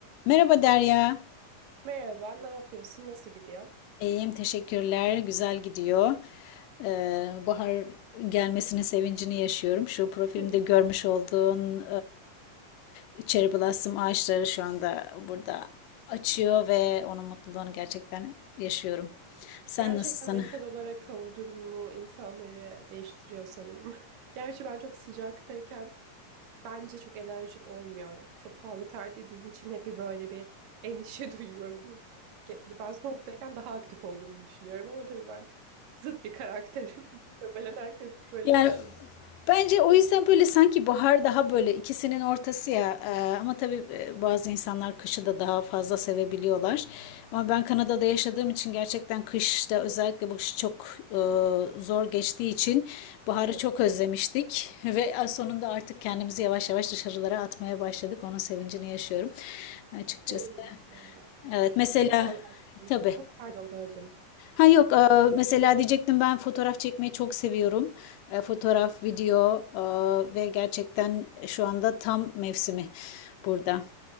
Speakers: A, on the left; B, on the right.
A: Merhaba Derya.
B: Merhaba, ne yapıyorsun? Nasıl gidiyor?
A: İyiyim, teşekkürler. Güzel gidiyor. Ee, bahar gelmesinin sevincini yaşıyorum. Şu profilimde
B: <laughs>
A: görmüş olduğun e, cherry blossom ağaçları şu anda burada açıyor ve onun mutluluğunu gerçekten yaşıyorum. Sen
B: Gerçekten
A: nasılsın?
B: mental olarak hava durumu insanları değiştiriyor sanırım. <laughs> Gerçi ben çok sıcaktayken bence çok enerjik olmuyorum. Çok fazla terlediğim için hep bir böyle bir endişe <laughs> duyuyorum. Ben soğuktayken daha aktif olduğumu düşünüyorum ama tabii ben zıt bir karakterim. <laughs> Muhtemelen herkes böyle
A: Yani
B: düşün.
A: bence o yüzden böyle sanki bahar daha böyle ikisinin ortası ya. Ee, ama tabii e, bazı insanlar kışı da daha fazla sevebiliyorlar. Ama ben Kanada'da yaşadığım için gerçekten kışta özellikle bu kış çok e, zor geçtiği için baharı
B: Evet,
A: çok özlemiştik. <laughs> Ve sonunda artık kendimizi yavaş yavaş dışarılara atmaya başladık. Onun sevincini yaşıyorum açıkçası.
B: sevindim bununla alakalı.
A: Evet mesela
B: Şey soracaktım.
A: tabii
B: Bu pardon böldüm.
A: Ha yok, eee, mesela diyecektim ben fotoğraf çekmeyi çok seviyorum. Eee, fotoğraf, video eee, ve gerçekten şu anda tam mevsimi burada.